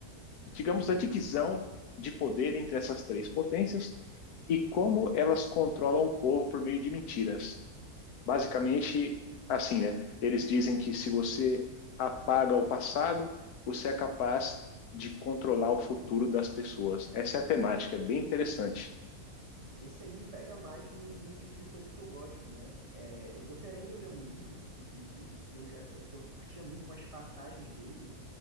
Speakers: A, on the left (about 75°); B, on the right (about 25°).
A: digamos, da divisão de poder entre essas três potências e como elas controlam o povo por meio de mentiras. Basicamente, assim, né? Eles dizem que se você apaga o passado, você é capaz de controlar o futuro das pessoas. Essa é a temática, é bem interessante.
B: Esse aí me pega mais no, no tipo de coisa que eu gosto, né? É, eu tô querendo ler um livro, inclusive, que eu já eu cu- curtia muito umas passagens dele,